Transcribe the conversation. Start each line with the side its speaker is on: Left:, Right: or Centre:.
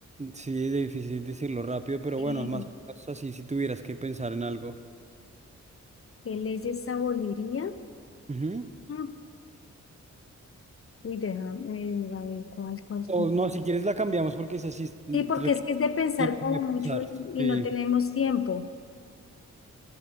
Right: Sí, difícil decirlo rápido, pero
Left: sí,
Right: bueno, es más o menos así si tuvieras que pensar en algo.
Left: ¿qué leyes aboliría?
Right: Ujú.
Left: Mm. Uy, déjame eh, a ver cuál, cuál. Sí,
Right: O no, si quieres la cambiamos porque es así, requiere
Left: Sí, porque es que es de pensar
Right: tiempo
Left: como
Right: de
Left: mucho
Right: pensar.
Left: y, y
Right: Sí.
Left: no tenemos tiempo.